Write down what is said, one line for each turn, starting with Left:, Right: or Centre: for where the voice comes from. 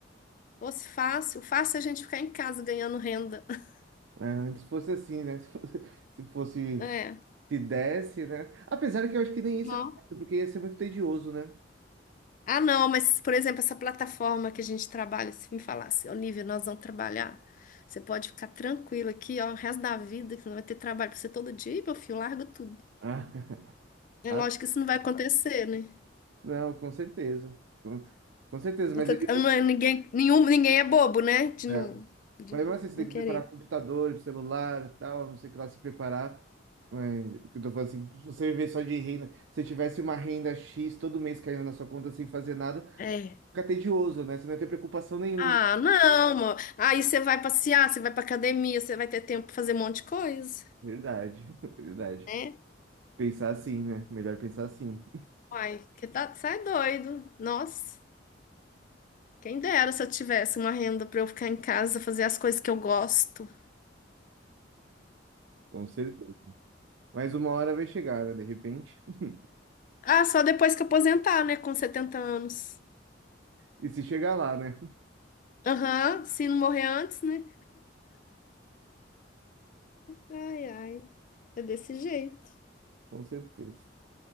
Left: Fosse fácil, fácil a gente ficar em casa ganhando renda. <laughs>
Right: É, antes fosse assim, né? <laughs> Se fosse, se fosse-
Left: É.
Right: se desse, né? Apesar que eu acho que nem
Left: Não.
Right: isso é fácil, porque ia ser muito tedioso, né?
Left: Ah, não, mas, por exemplo, essa plataforma que a gente trabalha, se me falasse, Olivia, nós vamos trabalhar. Você pode ficar tranquilo aqui, ó, o resto da vida, que não vai ter trabalho pra você todo dia, e meu filho, larga tudo.
Right: Ah,
Left: É
Right: <laughs>
Left: lógico
Right: ah,
Left: que isso não vai acontecer, né?
Right: não, com certeza. Com com certeza,
Left: Você-
Right: mas eu digo
Left: Não é ninguém, nenhum, ninguém é bobo, né? De não,
Right: É.
Left: de
Right: Mas não assim, você
Left: não
Right: tem que
Left: querer.
Right: preparar computador, celular, e tal, não sei o que lá se preparar. Mas, o que eu tô falando assim, se você viver só de renda, se tivesse uma renda X todo mês caindo na sua conta sem fazer nada,
Left: É.
Right: fica tedioso, né? Você não ia ter preocupação nenhuma.
Left: Ah, não, amor. Aí você vai passear, você vai pra academia, você vai ter tempo pra fazer um monte de coisa.
Right: Verdade, <laughs> verdade.
Left: né?
Right: Pensar assim, né? Melhor pensar assim,
Left: Uai, que tá, sai doido. Nossa, quem dera se eu tivesse uma renda pra eu ficar em casa, fazer as coisas que eu gosto.
Right: com certeza. Mas uma hora vai chegar, né? De repente. <laughs>
Left: Ah, só depois que eu aposentar, né? Com setenta anos.
Right: E se chegar lá, né?
Left: Aham, se não morrer antes, né? Ai, ai, é desse jeito.
Right: Com certeza.